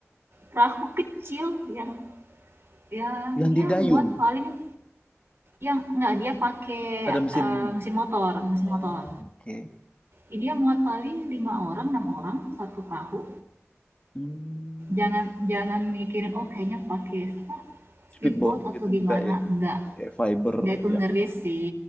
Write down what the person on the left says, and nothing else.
yang
didayung
ada mesin.
Oh,
oke.
Hmm,
speedboat
gitu
enggak ya?
Kayak fiber
yang